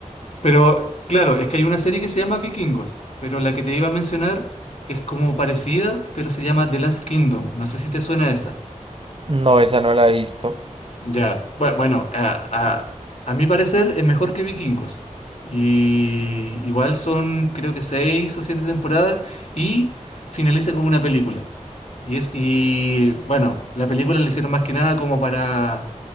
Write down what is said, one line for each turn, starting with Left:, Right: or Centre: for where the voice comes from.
Left: Pero claro, es que hay una serie que se llama Vikingos, pero la que te iba a mencionar es como parecida, pero se llama The Last Kingdom. No sé si te suena esa.
Right: No, esa no la he visto.
Left: Ya, bue- bueno, a, a- a mi parecer es mejor que Vikingos. Y igual son creo que seis o siete temporadas y finaliza con una película. Y es, y bueno, la película la hicieron más que nada como para